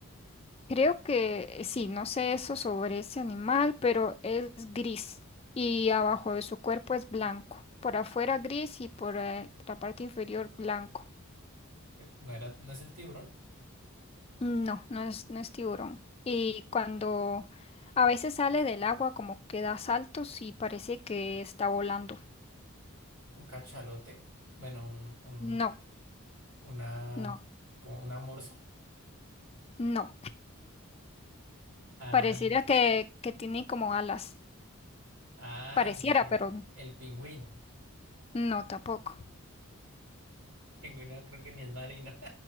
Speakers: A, on the left; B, on the right.
A: creo que sí, no sé eso sobre ese animal, pero es gris y abajo de su cuerpo es blanco. Por afuera gris y por eh, la parte inferior blanco.
B: Eh, No era, no es el tiburón.
A: No, no es, no es tiburón. Y cuando a veces sale del agua como que da saltos y parece que está volando.
B: Un cachalote. Bueno, un, un-
A: No,
B: una.
A: no,
B: como una morsa.
A: no.
B: Ah,
A: Pareciera que, que tiene como alas.
B: ah,
A: Pareciera,
B: ya sé,
A: pero
B: El pingüino.
A: no tampoco.
B: El pingüino creo que ni es marino.